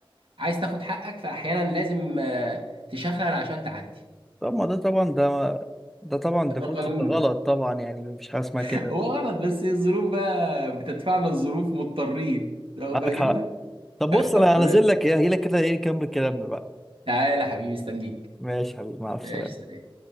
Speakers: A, on the right; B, in the centre.
A: عايز تاخد حقك فاحيانا لازم آه، تشخلل عشان تعدي
B: طب ما ده طبعا ده ده طبعا ده
A: ده
B: كنت
A: قانون
B: غلط طبعا يعني مفيش حاجه اسمها
A: <laughs>
B: كده
A: هو غلط بس الظروف بقى بتدفعنا الظروف مضطرين واخد
B: عندك
A: بالك
B: حق
A: انت
B: طب بص
A: تمام
B: انا هنزل لك ايه هجيلك كده ايه نكمل كلامنا بقى
A: تعالى يا حبيبي استنيك
B: ماشي يا حبيبي مع السلامه
A: ماشي سلام